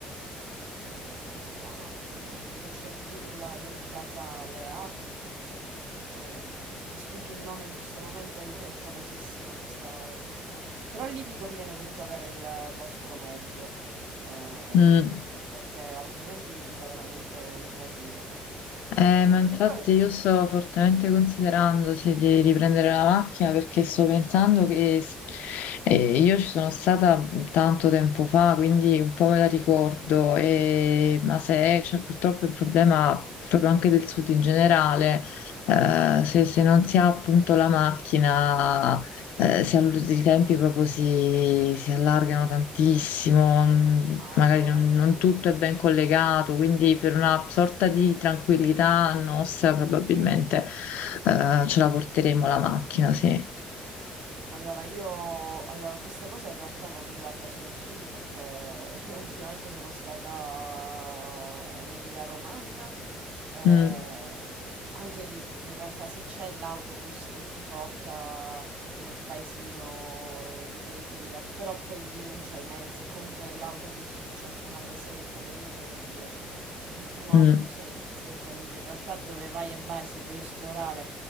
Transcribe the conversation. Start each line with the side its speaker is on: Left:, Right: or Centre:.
Right: ma come si chiama? Non mi viene, dove c'è Villa del Casale, a... eh, mi sfugge il nome in questo momento, è, è famosissima questa... questo po- Però lì vi conviene comunque avere il vostro mezzo, ehm,
Left: mm.
Right: perché altrimenti diventa veramente un casino.
Left: Eh, ma infatti
Right: E poi,
Left: io sto fortemente considerando sì, di, di prendere la macchina perché sto pensando che eh, io ci sono stata tanto tempo fa, quindi un po' me la ricordo, e- ma se c'è purtroppo il problema proprio anche del sud in generale, eh, se, se non si ha appunto la macchina eh, si all- i tempi proprio si, si allargano tantissimo, mm,
Right: allora,
Left: magari non, non
Right: cu-
Left: tutto è ben collegato, quindi per una sorta di tranquillità nostra probabilmente eh, ce la porteremo la macchina, sì.
Right: Allora, io, allora, questa cosa in realtà non riguarda solo il sud perché <laughs> ultimamente sono stata in Emilia-Romagna, eh,
Left: Mm,
Right: anche lì in realtà sì c'è l'autobus che ti porta nel paesino di periferia, però poi lì non c'hai mezzi e comunque l'autobus c'è fino alle 6 del pomeriggio per dire, c'è l'ultimo
Left: mm.
Right: autobus alle 6 del pomeriggio, in realtà dove vai e vai se vuoi esplorare